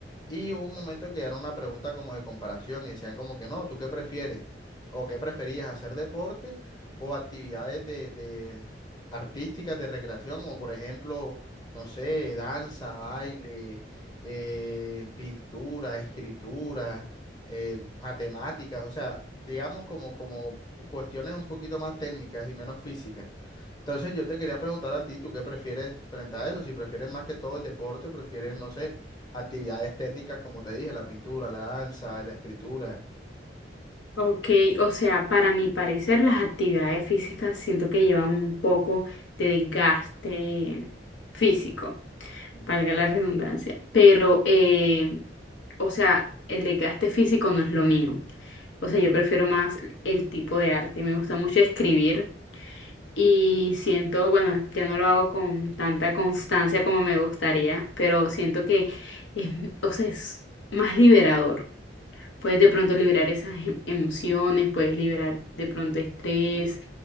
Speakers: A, on the left (about 25°); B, on the left (about 80°).
A: Y hubo un momento que era una pregunta como de comparación y decían como que no, ¿tú qué prefieres? ¿O qué preferías, hacer deporte o actividades de, de artísticas de recreación? Como por ejemplo, no sé, danza, baile, eh, pintura, escritura, eh, matemáticas, o sea, digamos como, como cuestiones un poquito más técnicas y menos físicas. Entonces yo te quería preguntar a ti, ¿tú qué prefieres frente a eso? Si prefieres más que todo el deporte, o prefieres, no sé, actividades técnicas, como te dije, la pintura, la danza, la escritura.
B: Ok, o sea, para mi parecer las actividades físicas siento que llevan un poco de desgaste físico,
A: Mm.
B: valga la redundancia, pero, eh, o sea, el desgaste físico no es lo mío. O sea, yo prefiero más el tipo de arte. Me gusta mucho escribir. Y siento, bueno, ya no lo hago con tanta constancia como me gustaría, pero siento que es, o sea, es más liberador. Puedes de pronto liberar esas em- emociones, puedes liberar de pronto estrés,